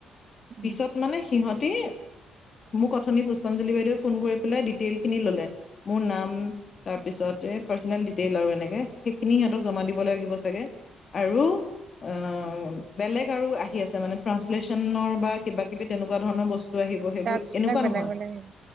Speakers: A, on the right (about 50°); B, on the left (about 45°).
A: উম,
B: পিছত মানে সিহঁতি মোক অথনি পুষ্পাঞ্জলি বাইদেৱে ফোন কৰি পেলে ডিটেইলছ খিনি ল'লে, মোৰ নাম তাৰ পিছত পাৰ্চনেল ডিটেইল আৰু এনেকে সেইখিনি সিহঁতক জমা দিব লাগিব চাগে আৰু অ' বেলেগ আৰু আহি আছে মানে ট্ৰাঞ্চলেচনৰ বা কিবা কিবি তেনেকুৱা ধৰণৰ বস্তু। আহিব সেইবোৰ
A: টাস্কবিলাক
B: এনেকুৱা
A: বেলেগ
B: নহয়,
A: বেলেগ আহিব।